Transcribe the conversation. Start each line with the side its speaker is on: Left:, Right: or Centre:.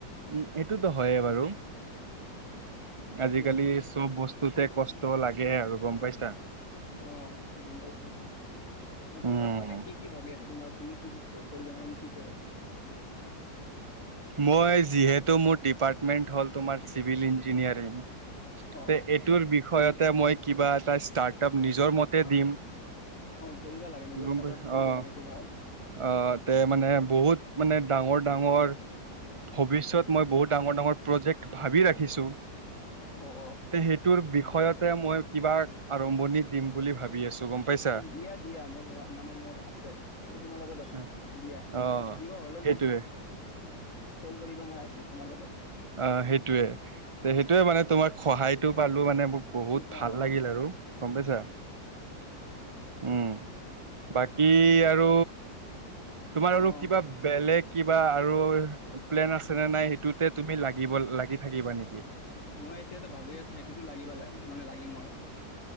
Right: উম, এইটোতো হয়ে বাৰু।
Left: সেইটোৱে
Right: আজিকালি চব বস্তুতে কষ্ট ত লাগে আৰু। গম পাইছা
Left: অঁ, গম পাইছোঁ।
Right: উম
Left: তোমাৰ মানে কি কি ভাবি আছ তোমাৰ তুমি কি কি কৰিবা মানে ইন ফিউচাৰত?
Right: মই যিহেতু মোৰ ডিপাৰ্টমেন্ট হ'ল তোমাৰ চিভিল ইঞ্জিনিয়াৰিং
Left: অঁ
Right: তে
Left: অঁ
Right: এইটোৰ বিষয়তে মই কিবা এটা ষ্টাৰ্টআপ নিজৰ মতে
Left: অঁ
Right: দিম,
Left: অঁ কৰিব লাগে নিজৰ
Right: গম
Left: ষ্টাৰ্ট
Right: পাইছ।
Left: আপ কৰিব
Right: অ,
Left: লাগে এইটো ভাল
Right: অ, তে মানে বহুত মানে ডাঙৰ- ডাঙৰ ভৱিষ্যত মই বহুত ডাঙৰ-ডাঙৰ প্ৰজেক্ট ভাবি ৰাখিম। ছো
Left: অঁ অঁ
Right: সেইটোৰ বিষয়ত। মই কিবা আৰম্ভণি দিম বুলি ভাবি আছো। গম পাইছা
Left: উম, দিয়া দিয়া মোৰ হ মানে মোৰ আছে। মই তোমাৰ লগত আছোঁ
Right: উম,
Left: দিয়া,
Right: অ উম।
Left: কিবা হ'লে
Right: সেইটোৱে
Left: মোক কল কৰিবা। মই আছো তোমাৰ লগত।
Right: অ, সেইটোয়ে সেইটোয়ে মানে তোমাক সহায়তটো পালো মানে। মোক বহুত
Left: অঁ
Right: ভাল লাগিল আৰু,
Left: সেইটো
Right: গম পাইছা? উম। বাকি আৰু তোমাৰ আৰু
Left: অঁ
Right: কিবা বেলেগ কিবা আৰুৰ প্লেন আছে নে নাই সেইটোতে তুমি লাগিব লাগি থাকিবা নেকি?
Left: মই এতিয়াতো ভাবি আছো সেইটোতো লাগিবা ল মানে লাগি মই।